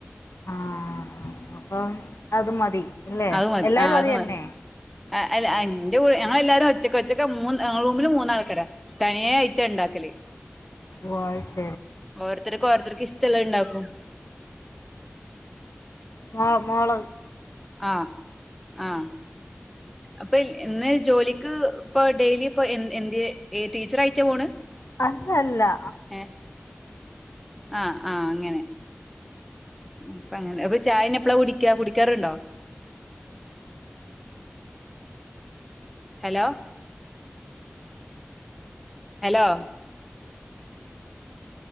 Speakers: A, on the left (about 80°); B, in the centre.
A: ആഹ അപ്പം അത് മ ഇല്ലേ
B: അത് മതി
A: എല്ലാരും അത് തന്നെ
B: മതി ആ അല്ല എന്റെറെ ഞങ്ങൾ എല്ലാരും ഒച്ചക്കെ ഒച്ചക്കെ മൂന്ന് റൂമിൽ മൂന്നാ ആൾക്കാരാ തനിയെ അയച്ച ഉണ്ടാക്കലേ
A: വയിസ്
B: ഓരോത്തർക്കും ഓരോത്തർക്ക്ും ഇഷ്ടെല്ലാം ഇണ്ടാക്കും
A: മാ മള
B: ആഹ ആഹ അപ്പൊ ഇന്ന് ജോലിക്ക്പ്പ ഡെയിലി ഇപ്പൊ എ എന് ടീച്ചർ അയച്ച പോണ്
A: അതല്ല
B: ഏ ആഹ ആഹ അങ്ങനെ അപ്പ അങ്ങനെ അപ്പൊ ചായന എപ്പഴാ കുടിക്ക കുടിക്കാറുണ്ടോ hello hello